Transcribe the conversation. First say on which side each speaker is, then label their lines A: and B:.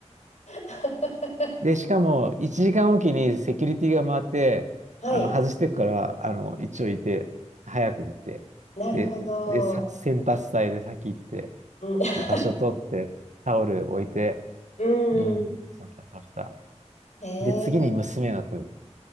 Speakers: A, on the left; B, on the right.
A: <laughs>
B: で、しかも、1時間おきにセキュリティが回って、
A: はい。
B: あの、外してくから、あの、一応いて、早く行って、
A: なるほど。
B: で、で、さ、先発隊で先行って、
A: うん。<laughs>
B: で、場所取って、タオル置いて、
A: う
B: うん、
A: ん。
B: そうした、そうした。
A: へえ。
B: で、次に娘が来る。